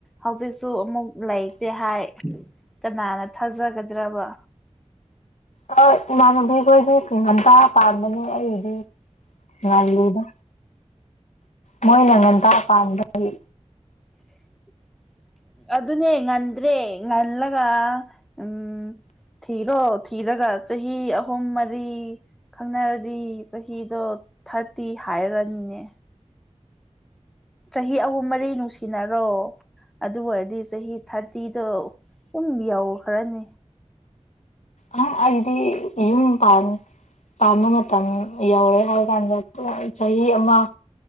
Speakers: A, in the centre; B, on the left (about 75°).
A: ꯍꯧꯖꯤꯛꯁꯨ ꯑꯃꯨꯛ ꯂꯩꯇꯦ ꯍꯥꯏ ꯀꯅꯥꯅ ꯊꯥꯖꯒꯗ꯭ꯔꯕ
B: ꯍꯣꯏ ꯏꯃꯥꯟꯅꯕꯤꯈꯣꯏꯗꯤ ꯉꯟꯇꯥ ꯄꯥꯟꯕꯅꯦ ꯑꯩꯒꯤꯗꯤ ꯉꯜꯂꯤꯗ ꯃꯣꯏꯅ ꯉꯟꯇꯥ ꯄꯥꯟꯕꯒꯤ
A: <unintelligible> ꯑꯗꯨꯅꯦ ꯉꯟꯗ꯭ꯔꯦ ꯉꯜꯂꯒ ꯎꯝ ꯊꯤꯔꯣ ꯊꯤꯔꯒ ꯆꯍꯤ ꯑꯍꯨꯝ ꯃꯔꯤ ꯈꯪꯅꯔꯗꯤ ꯆꯍꯤꯗꯣ ꯊꯥꯔꯇꯤ ꯍꯥꯏꯔꯅꯤꯅꯦ ꯆꯍꯤ ꯑꯍꯨꯝ ꯃꯔꯤ ꯅꯨꯡꯁꯤꯅꯔꯣ ꯑꯗꯨ ꯑꯣꯏꯔꯗꯤ ꯆꯍꯤ ꯊꯥꯔꯇꯤꯗꯣ ꯗꯨꯝ ꯌꯥꯎꯈ꯭ꯔꯅꯤ
B: ꯍꯝ ꯑꯩꯗꯤ ꯌꯨꯝ ꯄꯥꯟ ꯄꯥꯟꯕ ꯃꯇꯝ ꯌꯧꯔꯦ ꯍꯥꯏꯔ ꯀꯥꯟꯗ ꯆꯍꯤ ꯑꯃ